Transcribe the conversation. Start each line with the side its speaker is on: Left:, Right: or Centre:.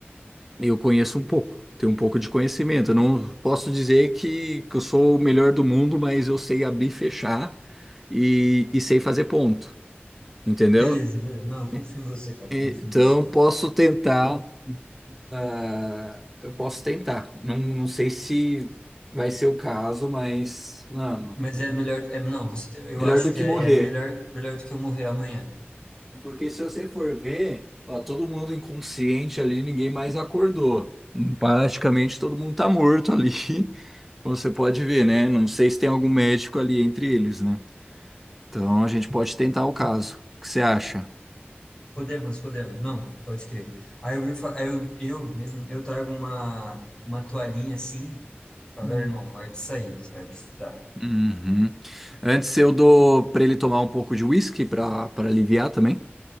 Centre: Eu conheço um pouco, tenho um pouco de conhecimento. Eu não posso dizer que, que eu sou o melhor do mundo, mas eu sei abrir, e fechar e, e sei fazer ponto, entendeu?
Left: Beleza, beleza. Não, eu confio
Centre: E-
Left: em você, cara, eu
Centre: Então
Left: confio em você.
Centre: posso tentar, ah, eu posso tentar. Não, não sei se vai ser o caso, mas mano,
Left: Mas é melhor, é, não, você, tem- eu
Centre: melhor
Left: acho
Centre: do
Left: que
Centre: que
Left: é
Centre: morrer.
Left: melhor, melhor do que eu morrer amanhã.
Centre: Porque se você for ver, ó, todo mundo inconsciente ali, ninguém mais acordou. Praticamente todo mundo tá morto ali. <laughs> Você pode ver, né? Não sei se tem algum médico ali entre eles, né? Então a gente pode tentar o caso. O que você acha?
Left: Podemos, podemos. Não, pode crer. Aí eu vi, fa- aí eu, eu mesmo, eu trago uma, uma toalhinha assim, fala
Centre: Hum.
Left: irmão, morde isso aí, você vai precisar.
Centre: Uhum. Antes eu dou para ele tomar um pouco de whisky para para aliviar também,